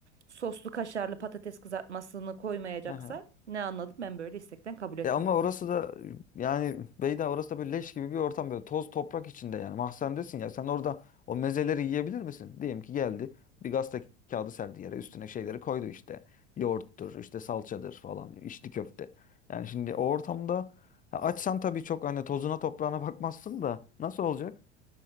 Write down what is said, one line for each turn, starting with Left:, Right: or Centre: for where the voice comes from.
Right: soslu kaşarlı patates kızartmasını koymayacaksa
Left: <laughs> Aha.
Right: ne anladım ben böyle istekten kabul etmiyorum.
Left: E ama orası da yani Beyda orası da böyle leş gibi bir ortam böyle toz toprak içinde yani mahzendesin ya sen orada o mezeleri yiyebilir misin? Diyelim ki geldi bir gazete kağıdı serdi yere üstüne şeyleri koydu işte yoğurttur işte salçadır falan içli köfte. Yani şimdi o ortamda ya açsan tabii çok hani tozuna toprağına bakmazsın da nasıl olacak?